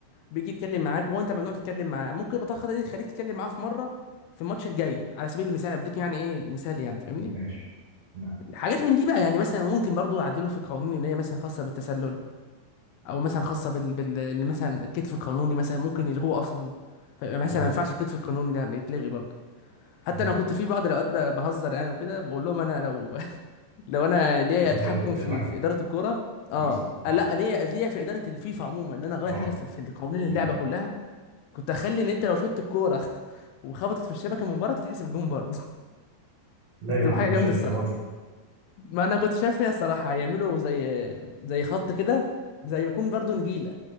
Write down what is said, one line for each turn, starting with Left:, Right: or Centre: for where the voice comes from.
Left: بيجي يتكلم معاك وهو انت ممنوع تتكلم معاه ممكن البطاقه الخضراء دي تخليك تتكلم معاه في مره في الماتش الجاي على سبيل المثال أنا بديك يعني ايه مثال يعني فاهمني
Right: ماشي تمام
Left: حاجات من دي بقى يعني مثلا ممكن برضو يعدلوا في القوانين ان هي مثلا خاصه بالتسلل او مثلا خاصه بال, بال... مثلا الكتف القانوني مثلا ممكن يلغوه اصلا فيبقى مثلا
Right: اه
Left: ما ينفعش الكتف القانوني ده بيتلغي برضه حتى
Right: تمام
Left: انا كنت في بعض الاوقات ب- بهزر يعني وكده بقول لهم انا لو <laughs> لو انا ليا
Right: لو
Left: تحكم
Right: انت كنت
Left: في
Right: حكم
Left: في اداره الكوره اه
Right: مثلا اه
Left: لا ليا ليا في اداره الفيفا عموما ان انا اغير
Right: اه
Left: حاجه في في قوانين
Right: تمام
Left: اللعبه كلها كنت اخلي ان انت لو شطت الكوره <laughs> وخبطت في الشبكه من بره تتحسب جون برضه
Right: لا
Left: <laughs>
Right: يا
Left: تبقى
Right: عم
Left: حاجه
Right: مش
Left: جامده
Right: الدرجه
Left: الصراحه
Right: دي
Left: ما انا كنت شايف فيها الصراحه هيعملوا زي زي خط كده زي ما يكون برضو نجيله